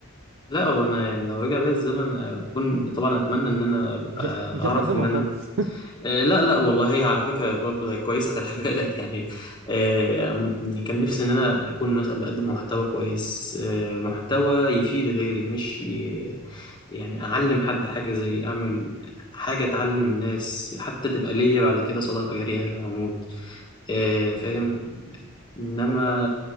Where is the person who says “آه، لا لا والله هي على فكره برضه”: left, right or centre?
Left